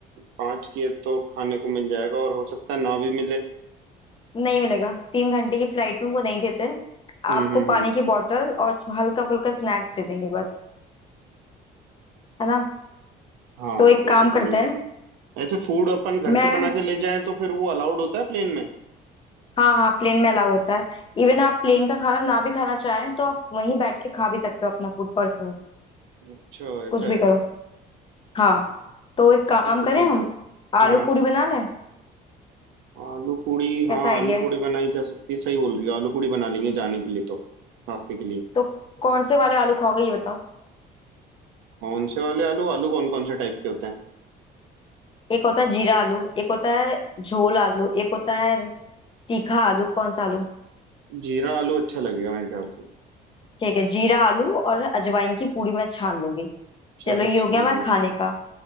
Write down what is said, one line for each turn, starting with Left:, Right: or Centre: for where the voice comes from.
Right: पाँच की है तो खाने को मिल जाएगा और हो सकता है ना भी मिले
Left: नहीं मिलेगा तीन घंटे की फ्लाइट में वो नहीं देते
Right: हम्म
Left: आपको
Right: हम्म
Left: पानी
Right: हम्म
Left: की बोतल और हल्का फुल्का स्नैक्स दे देंगे बस है ना
Right: हाँ
Left: तो एक
Right: वैसे
Left: काम
Right: तो
Left: करते
Right: नहीं
Left: हैं
Right: ऐसे फूड अपन घर
Left: मैं
Right: से बना के ले जाएं तो फिर वो अलाउड होता है प्लेन में
Left: हाँ हाँ प्लेन में अलाउ होता है इवन आप प्लेन का खाना ना भी खाना चाहें तो आप वहीं बैठ के खा भी सकते हो अपना फूड पर्सनल
Right: अच्छा ऐसा
Left: कुछ भी
Right: है
Left: करो हाँ तो एक काम
Right: फिर तो
Left: करें
Right: ठीक
Left: हम
Right: है
Left: आलू
Right: हाँ
Left: पूरी बना लें
Right: आलू पूड़ी
Left: कैसा
Right: हाँ
Left: आइडिया
Right: आलू
Left: है
Right: पूड़ी बनाई जा सकती है सही बोल रही हो आलू पूड़ी बना लेंगे जाने के लिए तो नाश्ते के लिए
Left: तो कौन से वाले आलू खाओगे ये बताओ
Right: कौन से वाले आलू आलू कौन कौन से टाइप के होते हैं
Left: एक होता है जीरा आलू एक होता है झोल आलू एक होता है तीखा आलू कौन सा आलू
Right: जीरा आलू अच्छा लगेगा मेरे ख्याल से
Left: ठीक है जीरा आलू और अजवाइन की पूरी मैं छान लूंगी
Right: चलो
Left: चलो ये
Right: ठीक
Left: हो गया हमारे
Right: है
Left: खाने का